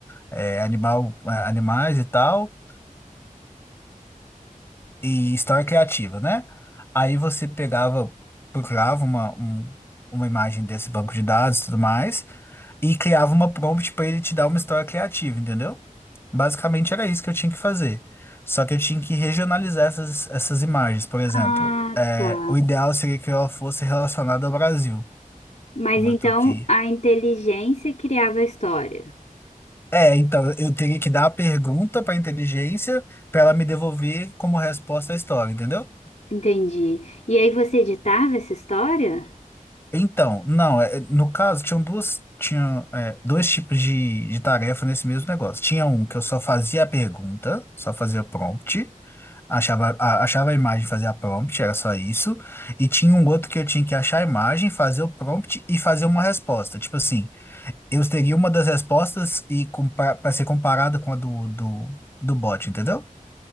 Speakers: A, on the left; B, on the left.
A: é, animal, é, animais e tal, e história criativa, né? Aí você pegava, procurava uma, um- uma imagem desse banco de dados e tudo mais, e criava uma prompt para ele te dar uma história criativa, entendeu? Basicamente era isso que eu tinha que fazer. Só que eu tinha que regionalizar essas, essas imagens, por exemplo.
B: Ah,
A: é,
B: tá.
A: o ideal seria que ela fosse relacionada ao Brasil,
B: Mas
A: como
B: então
A: eu tô aqui.
B: a inteligência criava a história.
A: É, então eu teria que dar a pergunta para a inteligência para ela me devolver como resposta a história, entendeu?
B: Entendi. E aí você editava essa história?
A: Então, não, é- no caso, tinham duas, tinha, é, dois tipos de, de tarefa nesse mesmo negócio. Tinha um que eu só fazia a pergunta, só fazia o prompt, achava a, achava a imagem, fazia a prompt, era só isso. E tinha um outro que eu tinha que achar a imagem, fazer o prompt e fazer uma resposta. Tipo assim, eu teria uma das respostas e para ser comparada com a do, do, do bot, entendeu?